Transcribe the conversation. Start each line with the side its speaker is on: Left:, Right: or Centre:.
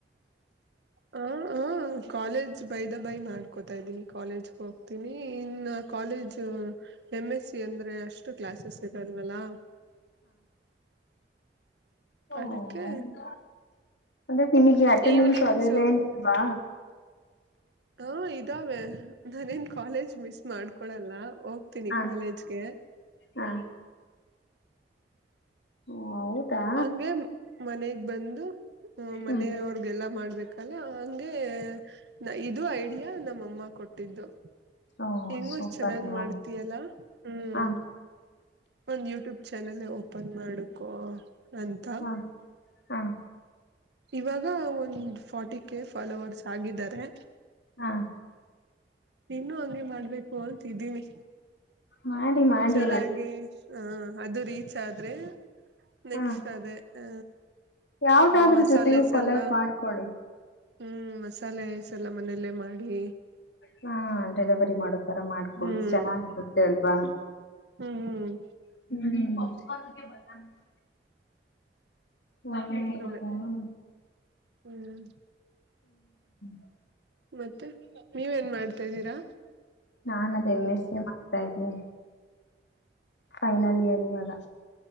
Right: ಹ ಹ ಕಾಲೇಜ್ ಬೈದ ಬೈ ಮಾಡ್ಕೋತಾ ಇದ್ದೀನಿ ಕಾಲೇಜ್ಗೆ ಹೋಗ್ತೀನಿ ಇನ್ನು ಕಾಲೇಜ್ ಎಂ ಎಸ್ ಸಿ ಅಂದ್ರೆ ಅಷ್ಟು ಕ್ಲಾಸಸ್ ಇರಲ್ವಲ್ಲಾ
Left: ಓಂ
Right: ಅದಕ್ಕೆ
Left: ಹೌದಾ ಅಂದ ಇ ಅಟೆಂಡನ್ಸ್
Right: ಈವ್ನಿಂಗ್ಸು
Left: ಅದೆನಲ್ಲಾ ಇಲ್ವಾ
Right: ಓ ಇದಾವೆ ನಾನೇನ್ ಕಾಲೇಜ್ ಮಿಸ್ ಮಾಡ್ಕೊಳಲ್ಲ ಹೋಗ್ತೀನಿ
Left: ಹಾ
Right: ಕಾಲೇಜ್ಗೆ
Left: ಹಾ ಓ ಹೌದಾ
Right: ಹಂಗೆ ಮನೆಗ್ ಬಂದು ಮನೆಯವ್ರಗೆಲ್ಲ
Left: ಹ್ಮ್
Right: ಮಾಡ್ಬೇಕಲ್ಲ ಹಂಗೆ ನ ಇದು ಐಡಿಯಾ ನಮ್ಮಮ್ಮ ಕೊಟ್ಟಿದ್ದು
Left: ಓ
Right: ಹೆಂಗು
Left: ಸೂಪರ್
Right: ಇಷ್ಟ ಚೆನ್ನಾಗ್
Left: ನಿಮ್ಮ
Right: ಮಾಡ್ತಿಯಲ್ಲ ಹ್ಮ್
Left: ಹಾ
Right: ಒಂದ್ ಯೂಟ್ಯೂಬ್ ಚಾನೆಲ್ ಓಪನ್ ಮಾಡಕೊ ಅಂತ
Left: ಹಾ ಹಾ
Right: ಇವಾಗ ಒಂದ್ ಫೋರ್ಟಿ ಕೆ ಫಾಲೋವರ್ಸ್ ಆಗಿದ್ದಾರೆ
Left: ಹಾ
Right: ಇನ್ನು ಹಂಗೆ ಮಾಡ್ಬೇಕು ಅಂತಿದ್ದೀನಿ
Left: ಮಾಡಿ ಮಾಡಿ
Right: ಚೆನ್ನಾಗಿ ಹ ಅದು ರೀಚ್ ಆದ್ರೆ ನೆಕ್ಸ್ಟ್
Left: ಹಾ
Right: ಅದೇ ಹ
Left: ಯಾವ್ದಾದ್ರೂ
Right: ಮಸಾಲೆಸ್
Left: ಜೊತೆಗೂ ಕೊಲೆಗ್
Right: ಎಲ್ಲಾ
Left: ಮಾಡ್ಕೊಳ್ಳಿ
Right: ಹ್ಮ್ ಮಸಾಲೆ ಸಲ್ಲಾ ಮನೆಯಲ್ಲೇ ಮಾಡಿ
Left: ಹಾ ಡೆಲಿವರಿ ಮಾಡೋಕರ ಮಾಡ್ಕೊಳ್ಳಿ
Right: ಹ್ಮ್
Left: ಚೆನ್ನಾಗಿರುತ್ತೆ ಅಲ್ವಾ
Right: ಹ್ಮ್
Left: <unintelligible> ಒ ಹ್ಮ್
Right: ಅದೇ ಹ್ಮ್
Left: <unintelligible>
Right: ಮತ್ತೆ ನೀವೇನ್ ಮಾಡ್ತಾಿದ್ದೀರಾ
Left: ನಾನ್ ಅದೇ ಎಮೆ ಸಿ ಮಾಡ್ತಾ ಇದೀನಿ ಫೈನಲ್ ಇಯರ್ ಇವಾಗ